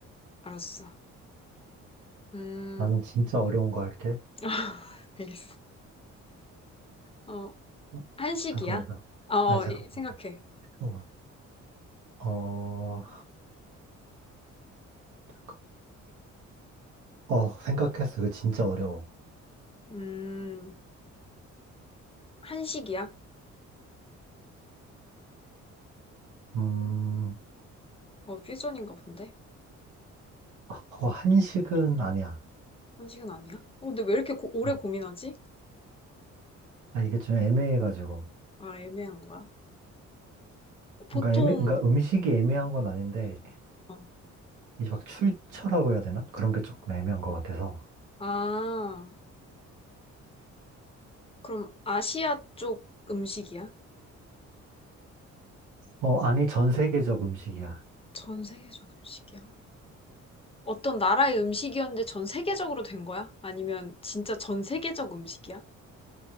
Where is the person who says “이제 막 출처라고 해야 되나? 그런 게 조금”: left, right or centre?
Right